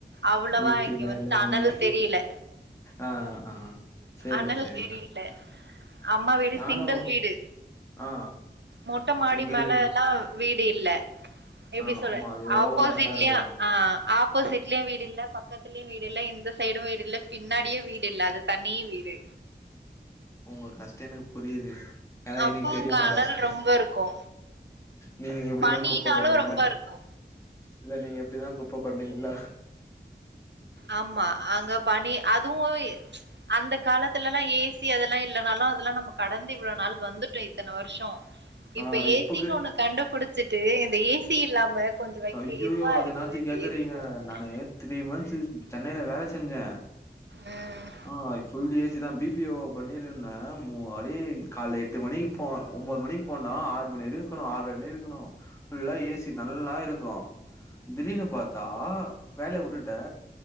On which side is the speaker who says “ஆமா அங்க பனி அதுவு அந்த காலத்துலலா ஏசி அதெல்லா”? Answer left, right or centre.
Right